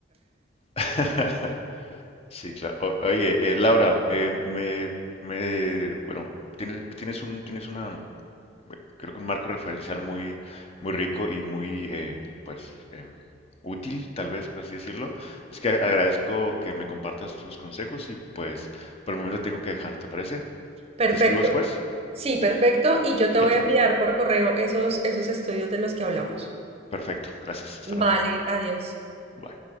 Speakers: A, on the left; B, on the right.
A: <laughs> Sí, claro. Oye, eh, Laura, eh, me, me, bueno, tienes, tienes un, tienes una, eh, creo que un marco referencial muy, muy rico y muy, eh, pues, em, útil, tal vez, por así decirlo. Es que agra- agradezco que me compartas tus consejos y, pues, por el momento tengo que dejar, ¿te parece?
B: Perfecto.
A: Te escribo después.
B: Sí, perfecto. Y yo te
A: Hecho.
B: voy a enviar por correo esos, esos estudios de los que hablamos.
A: Perfecto. Gracias. Hasta luego.
B: Vale, adiós.
A: Bye.